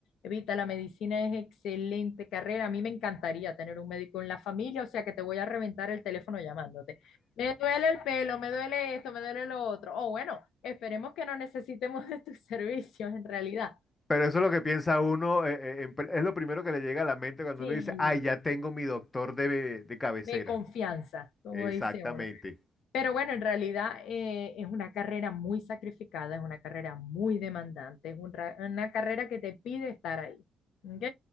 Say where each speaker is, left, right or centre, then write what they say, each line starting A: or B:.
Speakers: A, on the left; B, on the left.
A: Evita, la medicina es excelente carrera. A mí me encantaría tener un médico en la familia, o sea que te voy a reventar el teléfono llamándote. Me duele el pelo, me duele esto, me duele lo otro. O bueno, esperemos que no necesitemos de tus <laughs> servicios en realidad.
B: Pero eso es lo que piensa uno, eh, eh, en pr- es lo primero que le llega a la mente cuando
A: Sí,
B: uno dice, ay, ya tengo mi doctor de, de cabecera.
A: de confianza, como
B: Exactamente.
A: dice uno. Pero bueno, en realidad eh, es una carrera muy sacrificada, es una carrera muy demandante, es un ra- una carrera que te pide estar ahí. ¿Ok?